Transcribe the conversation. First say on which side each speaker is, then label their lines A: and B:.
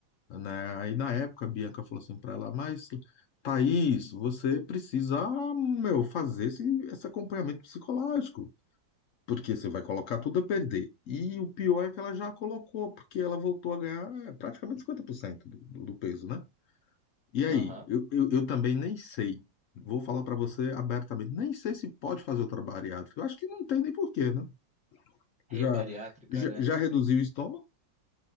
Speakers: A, on the left; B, in the centre.
A: né? Aí na época a Bianca falou assim para ela, mas Thaís, você precisa, meu, fazer esse, esse acompanhamento psicológico, porque você vai colocar tudo a perder. E o pior é que ela já colocou, porque ela voltou a ganhar é, praticamente 50% do, do do peso, né? E aí,
B: aham.
A: eu, eu, eu também nem sei. Vou falar para você abertamente, nem sei se pode fazer outra bariátrica. Eu acho que não tem nem porquê, né?
B: Rebariátrica,
A: Já, já,
B: né?
A: já reduziu o estômago?